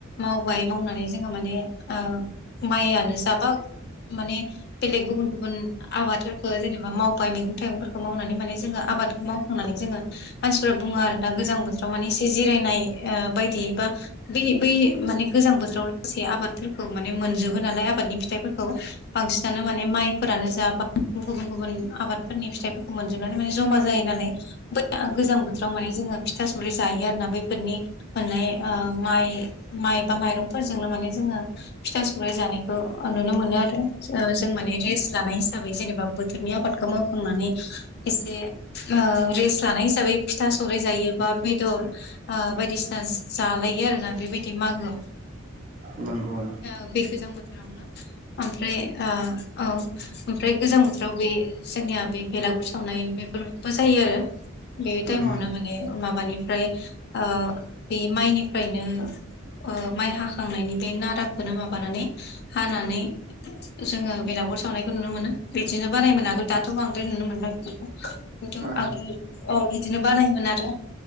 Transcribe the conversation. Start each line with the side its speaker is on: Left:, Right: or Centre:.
Left: मावबाय मावनानै जोङो माने ओ माइआनो जाबा माने बेलेग गुबुन गुबुन आबादफोरखौ जेनेबा मावबाय मैगं थाइगंफोरखौ मावनानै माने जोङो आबादखौ मावखांनानै जोङो मानसिफ्रा बुङो आरो दा गोजां बोथोराव माने एसे जिरायनाय ओ बायदि बा बै बै माने गोजां बोथोराव लासै आबादफोरखौ माने मोनजोबो नालाय आबादनि फिथाइफोरखौ बांसिनानो माने माइफोरानो जाबा गुबुन गुबुन आबादफोरनि फिथाइफोरखौ मोनजोबनानै माने जमा जायो नालाय गोजां बोथोराव माने जोङो फिथा सौराय जायो आरोना बैफोरनि मोननाय ओ माइ माइ बा माइरंफोरजोंनो माने जोङो फिथा सौराइ जानायखौ नुनो मोनो आरो जों माने रेस्ट लानाय हिसाबै जेनेबा बोथोरनि आबादखौ माव खांनानै एसे ओ रेस्ट लानाय हिसाबै फिथा सौराइ जायो बा बेदर ओ बायदिसिना जालायो आरोना बेबायदि मागोआव।
Right: नोंगौ।
Left: ओ बे गोजां बोथोरावनो ओमफ्राय ओ औ ओमफ्राय गोजां बोथोराव बे जोंनिया बे बेलागुर सावनाय बेफोरबो जायो आरो। बे टाइमावनो
Right: उम
Left: माने माबानिफ्राय ओ बे माइनिफ्रायनो ओ माइ हाखांनायनि बे नाराखोनो माबानानै हानानै जोङो बेलागुर सावनायखौ नुनो मोनो बिदिनो बानायोमोन आगोल दाथ' बांद्राय नुनो मोनला बेफोरखौ। किनतु
Right: उम
Left: आगोल औ बिदिनो बानायोमोन आरो